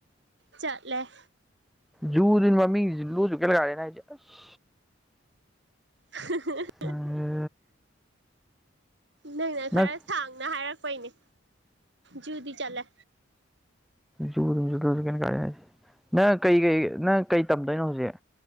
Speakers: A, on the right (about 60°); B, in the centre.
A: ꯆꯠꯂꯦ
B: ꯖꯨ ꯗꯨ ꯃꯃꯤꯡ ꯖꯨꯂꯣꯖꯤꯀꯦꯜ ꯒꯥꯔꯗꯦꯟ ꯍꯥꯏꯁꯦ ꯑꯁ
A: <unintelligible>
B: <unintelligible>
A: ꯅꯪꯅ
B: ꯅꯪ
A: ꯈꯔ ꯁꯥꯡꯅ ꯍꯥꯏꯔꯛꯄꯩꯅꯦ ꯖꯨꯗꯤ ꯆꯠꯂꯦ
B: ꯖꯨꯗꯨꯅꯤ ꯖꯨꯂꯣꯖꯤꯀꯦꯜ ꯒꯥꯔꯗꯦꯟ ꯍꯥꯏꯁꯦ ꯅꯪ ꯀꯩ ꯀꯩ ꯅꯪ ꯀꯩ ꯇꯝꯗꯣꯏꯅꯣ ꯍꯧꯖꯤꯛ